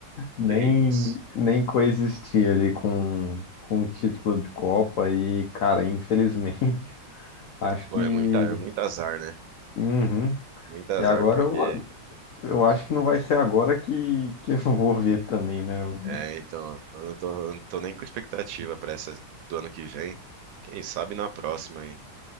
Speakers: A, on the left; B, on the right.
A: Nem,
B: que isso.
A: nem coexistir ali com, com o título de Copa e, cara, infelizmente, <laughs> acho
B: Pô,
A: que.
B: é muita, é muito azar, né?
A: Uhum.
B: Muito azar,
A: E agora
B: porque.
A: eu, eu acho que não vai ser agora que, que eu vou ver também, né? Eu-
B: É, então, eu não tô, eu não tô nem com expectativa pra essa do ano que vem. Quem sabe na próxima aí.